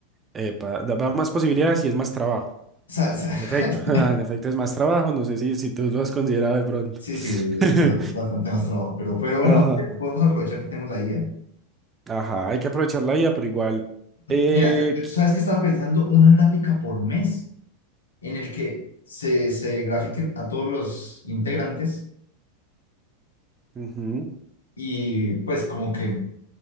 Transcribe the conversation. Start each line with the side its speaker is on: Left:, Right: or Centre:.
Right: epa, da, da más posibilidades y es más trabajo.
Left: O sea, o sea,
Right: En efecto,
Left: <laughs>
Right: <laughs> en efecto es más trabajo, no sé si, si tú lo has considerado de pronto.
Left: Sí, sí,
Right: <laughs>
Left: es bastante más trabajo, pero, pero bueno,
Right: Ajá.
Left: te- podemos aprovechar que tenemos la IA.
Right: Ajá, hay que aprovechar la IA, pero igual, eh,
Left: Mira, yo, yo-
Right: qui-
Left: sabes que estaba pensando una gráfica por mes en el que se, se grafiquen a todos los integrantes
Right: ujú,
Left: y pues como que,